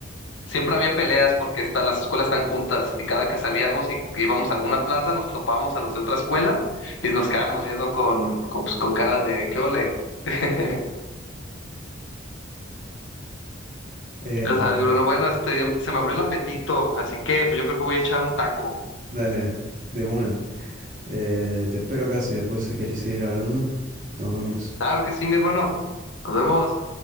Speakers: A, on the left; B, on the right.
A: Siempre había peleas porque está- las escuelas están juntas y cada que salíamos y íbamos a alguna plaza nos topábamos a los de otra escuela y nos quedábamos viendo con, con, pues, con cara de ¿qué ole? <laughs>
B: Em,
A: O sea, bueno, bueno, este, se me abrió el apetito, así que pues yo creo que voy a echar un taco.
B: dale, de una. Eh, te espero acá si después querés seguir hablando. Nos vemos.
A: Claro que sí, mi hermano. Nos vemos.